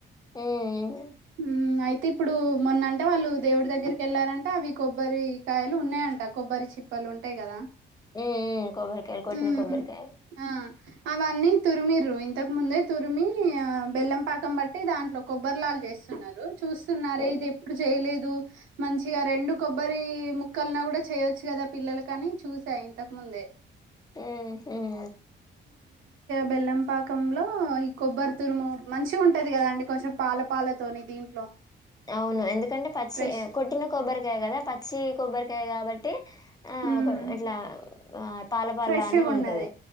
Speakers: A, on the left; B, on the right.
A: ఉ ఉ ఉమ్
B: ఉమ్ అయితే ఇప్పుడు మొన్నంటే వాళ్ళు దేవుడి దగ్గరకి వెళ్ళారంటే అవి కొబ్బరికాయలు ఉన్నాయంట కొబ్బరి చిప్పలు ఉంటాయి కదా
A: ఉ ఉమ్ కొబ్బరి కాయలు కొట్టిన
B: మ్మ్
A: కొబ్బరి కాయలు
B: ఆ అవన్నీ తురిమిర్ర ఇంతకు ముందే తురిమి బెల్లం పాకం బట్టి దాంట్లో కొబ్బరిలాలు చేస్ న్నారు చూస్తున్నారే
A: ఉమ్
B: ఇది ఎప్పుడు చేయలే దు మంచిగా రెండు కొబ్బరి ముక్కలున్న కూడా చేయొచ్చు కదా పిల్లలు కానీ చూసా ఇంతకుముందే
A: ఆ హుం
B: బెల్లంపాకంలో ఈ కొబ్బరి తురుము మంచిగా ఉంటది కదా అండి కొంచెం పాలపాల తోని దీంట్లో
A: అవును ఎందుకంటే పచ్చి
B: ఫ్రెష్
A: కొట్టిన కొబ్బరికాయ కదా పచ్చి కొబ్బరి టాయ్ కాబట్టి ఆ
B: హ్మ్.
A: ఓక ఇట్లా ఆ పాలపల్లా
B: ఫ్రెష్‌గున్నది.
A: అనే ఉంటది